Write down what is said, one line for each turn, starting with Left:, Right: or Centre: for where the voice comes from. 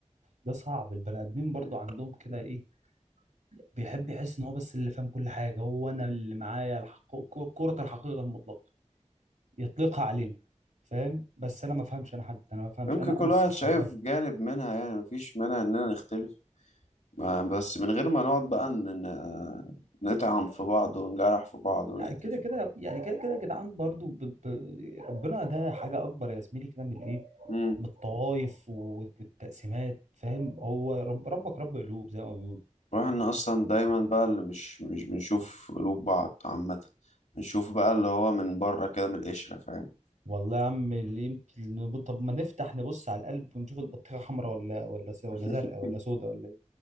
Right: ده صعب البني ادمين برضو عندهم كده ايه بيحب يحس ان هو بس اللي فاهم كل حاجه هو انا اللي معايا الحق... كرة الحقيقه المطلقه يطلقها علينا فاهم بس انا ما فهمش انا حد انا ما فهمش
Left: يمكن
Right: انا
Left: كل
Right: انا الصح
Left: واحد شايف
Right: انا فاهم
Left: جانب منها يعني مفيش مانع اننا نختلف ما- بس من غير ما نقعد بقى ن- ن- نطعن في بعض ونجرح في بعض ونقتل
Right: يعني كده
Left: في
Right: كده
Left: بعض
Right: يعني كده كده يا جدعان برضو ب... ب... ربنا ده حاجه اكبر يا زميلي كده من الايه
Left: امم
Right: من الطوائف والتقسيمات فاهم هو رب... ربك رب قلوب زي ما بيقولوا
Left: واحنا اصلا دايما بقى اللي مش مش بنشوف قلوب بعض عامة بنشوف بقى اللي هو من بره كده من القشرة فاهم
Right: والله يا عم اللي يمكن نب- طب ما نفتح نبص على القلب ونشوف البطيخه حمراء ولا ولا س- ولا
Left: <laughs>
Right: زرقاء ولا سوداء ولا ايه